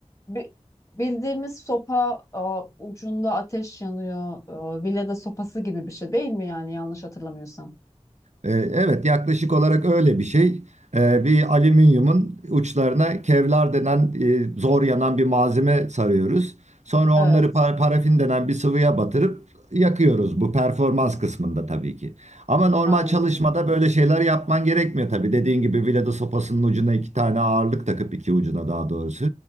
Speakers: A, on the left; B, on the right.
A: bi- bildiğimiz sopa e, ucunda ateş yanıyor. E, villada sopası gibi bir şey değil mi yani yanlış hatırlamıyorsam?
B: Ee, Evet, yaklaşık olarak öyle bir şey. Ee, Bir alüminyumun uçlarına kevlar denen e, zor yanan bir malzeme sarıyoruz. Sonra
A: Evet.
B: onları pa- parafin denen bir sıvıya batırıp yakıyoruz. Bu performans kısmında tabii ki. Ama normal
A: Anladım.
B: çalışmada böyle şeyler yapman gerekmiyor tabii. Dediğin gibi biledo sopasının ucuna iki tane ağırlık takıp iki ucuna daha doğrusu